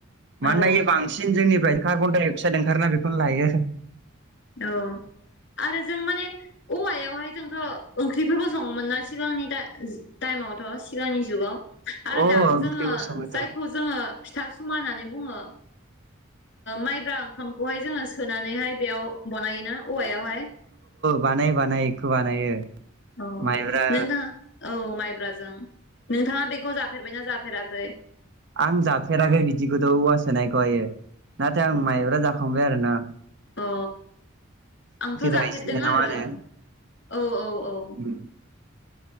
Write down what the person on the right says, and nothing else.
मानोना यो बांसिन जोंनिफ्राय कार्बन-डाइ-अक्साइड ओं ओंखारोना बेखौनो लायो
अ ओंख्रिबो
सङो
थ' अ
बानोयो बानायो बेखौ बानायो
माइब्रा
आं जाफेराखै बिदिखौथ' औवा सोनायखौहायो नाथाय आं माइब्रा जाखांबाय आरोना
राइस ना
मा होनो
उम